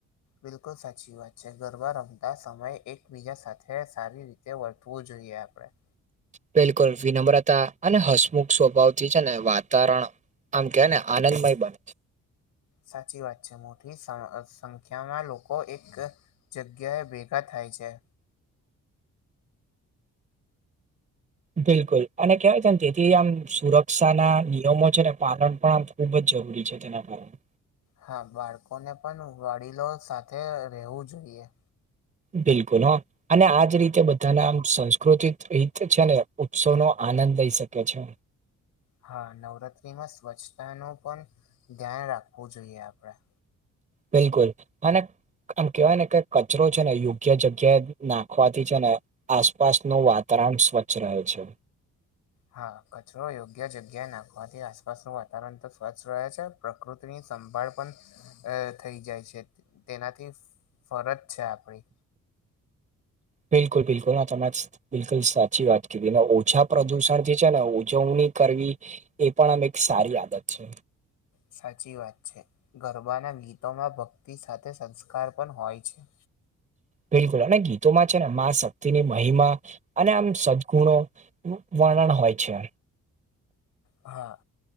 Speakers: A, on the left; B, on the right.
A: બિલકુલ સાચી વાત છે. ગરબા રમતા સમય એકબીજા સાથે સારી રીતે વર્તવું જોઈએ આપડે.
B: બિલકુલ વિનમ્રતા અને હસમુખ સ્વભાવથી છે ને વાતાવરણ આમ કેને આનંદમય બન.
A: સાચી વાત છે. મોટી સ અહ સંખ્યામાં લોકો એક જગ્યાએ ભેગા થાય છે.
B: બિલકુલ અને કેહેવાય છેને તેથી આમ સુરક્ષા ના નિયમો છે ને પાલન પણ આમ ખુબ જ જરૂરી છે તેના કારણે.
A: હા બાળકોને પણ વડીલો સાથે રહેવું જોઈએ.
B: બિલકુલ હા અને આજ રીતે બધાના આમ સંસ્કૃતીક રીતે છે ને ઉત્સવ નો આનંદ લઈ શકે છે.
A: હા નવરાત્રિમાં સ્વચ્છતાનું પણ ધ્યાન રાખવું જોઈએ આપણેે.
B: બિલકુલ અને આમ કહેવાય ને કે કચરો છે ને યોગ્ય જગ્યાએ નાખવાથી છે ને આસપાસનું વાતાવરણ સ્વચ્છ રહે છે.
A: હા કચરો યોગ્ય જગ્યાએ નાખવાથી આસપાસનું વાતાવરણ તો સ્વચ્છ રહે છે પ્રકૃતિની સંભાળ પણ થઈ જાય છે તેનાથી ફરજ છે આપડી
B: બિલકુલ બિલકુલ <inaudible> બિલકુલ સાચી વાત કીધીને ઓછા પ્રદુષણ થી છે ને ઉજવણી કરવી એ પણ આમ એક સારી આદત છે.
A: સાચી વાત છે ગરબાના ગીતોમાં ભક્તિ સાથે સંસ્કાર પણ હોય છે.
B: બિલકુલ અને ગીતોમાં છે ને મા શક્તિની મહિમા અને આમ સદગુણો વર્ણન હોય છે.
A: હા